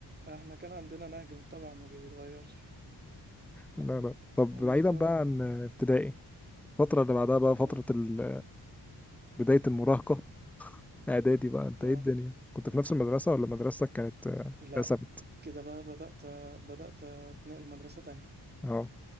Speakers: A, on the right; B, in the centre.
A: احنا كان عندنا نهج متبع ما بيتغيرش
B: لا لا طب
A: الموضوع
B: بعيدا بقى عن
A: اه
B: ابتدائي الفترة اللي بعدها بقى فترة
A: اه
B: ال- بداية المراهقة اعدادي بقى انت
A: آه.
B: ايه الدنيا كنت في نفس المدرسة ولا مدرستك كانت آه،
A: لا
B: اتقسمت
A: كده بقى بدأت بدأت اتنقل مدرسة تانية
B: اه